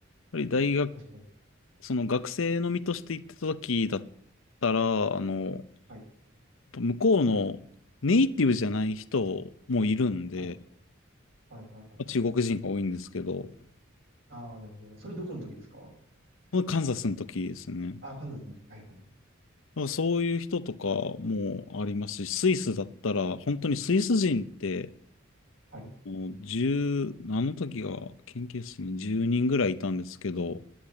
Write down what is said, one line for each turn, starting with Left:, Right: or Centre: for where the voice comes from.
Left: っぱり大学、
Right: 確かに。
Left: その学生の身として行ってた時だったら、あの、
Right: はい。
Left: 向こうのネイティブじゃない人もいるんで、
Right: はい。はいはいはいはい。
Left: まあ中国人が多いんですけど、
Right: ああ、なるほど。それどこの時ですか
Left: カンザスの時ですね。
Right: ああー、カンザスの時。はいはいはい。
Left: なんかそういう人とかもありますし、スイスだったら、本当にスイス人って、
Right: はい。
Left: もう10、あの時が研究室に10人ぐらいいたんですけど、